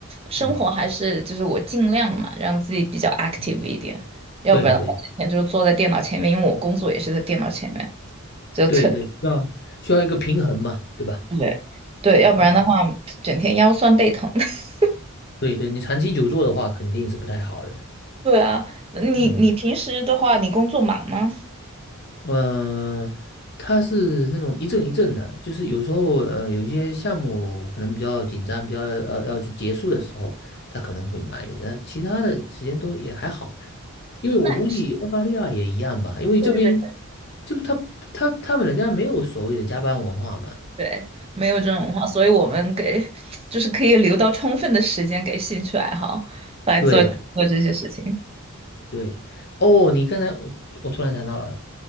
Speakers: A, on the right; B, on the left.
A: 生活还是就是我尽量嘛，
B: 嗯，
A: 让自己比较 active
B: 嗯
A: 一点。要不然的话，
B: 对对
A: 整天就是坐在电脑前面，因为我工作也是在电脑前面，就特
B: 对对，需要需要一个平衡嘛，对吧？
A: 对对，要不然的话，
B: 嗯，
A: 整天腰酸背疼。<laughs>
B: 对对，你长期久坐的话肯定是不太好的，
A: 对啊，那你你平时的话，
B: 嗯。
A: 你工作忙吗？
B: 嗯、他是那种一阵一阵的，就是有时候呃，有一些项目可能比较紧张，比较要要去结束的时候，他可能会慢一点，但其他的时间都也还好。因为我估计澳大利亚也一样吧，
A: 那
B: 因为这边
A: 对对
B: 就他他他们人家没有所谓的加班文化嘛。
A: 对，没有这种话，所以我们给就是可以留到充分的时间给兴趣爱好来做做这些事情
B: 对对，哦，你刚才我我突然想到了，